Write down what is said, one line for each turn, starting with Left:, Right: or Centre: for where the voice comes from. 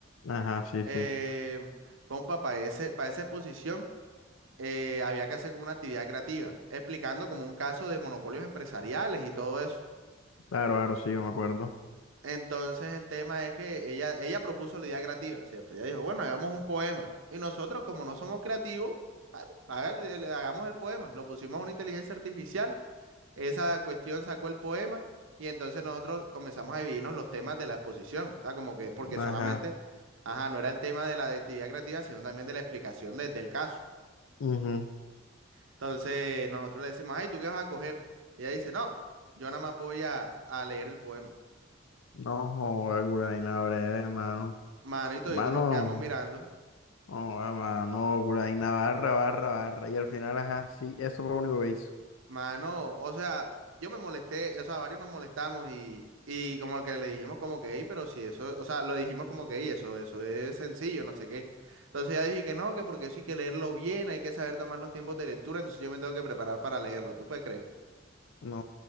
Left: Ajá, sí,
Right: Em,
Left: sí.
Right: compa, para ese, para esa exposición eh, había que hacer como una actividad creativa, explicando como un caso de monopolios empresariales y todo eso.
Left: Claro, claro, sí, yo me acuerdo.
Right: Entonces el tema es que ella, ella propuso la idea creativa, ¿cierto? Ella dijo, bueno, hagamos un poema. Y nosotros, como no somos creativos, bueno, haga el- el- hagamos el poema. Lo pusimos a una inteligencia artificial, esa cuestión sacó el poema y entonces nosotros comenzamos a dividirnos los temas de la exposición. O sea, como que, porque
Left: Ajá.
Right: solamente, ajá, no era el tema de la de actividad creativa, sino también de la explicación del del caso.
Left: ujú.
Right: Entonces nosotros le decimos, ay, ¿tú qué vas a coger? Ella dice, no, yo nada más voy a, a leer el poema.
Left: No, joder, curaína breve, mano.
Right: Manito,
Left: Mano,
Right: y todos nos quedamos mirando.
Left: no, mano, curaína barra, barra, barra. Y al final, ajá, sí, eso fue lo único que hizo.
Right: Mano, o sea, yo me molesté, o sea, varios nos molestamos y, y como que le dijimos como que, "Ey, pero si eso, o sea, lo dijimos como que, "Ey, eso, eso es sencillo, no sé qué. Entonces ella dije que no, que porque eso hay que leerlo bien, hay que saber tomar los tiempos de lectura, entonces yo me tengo que preparar para leerlo, ¿tú puedes creer?
Left: No,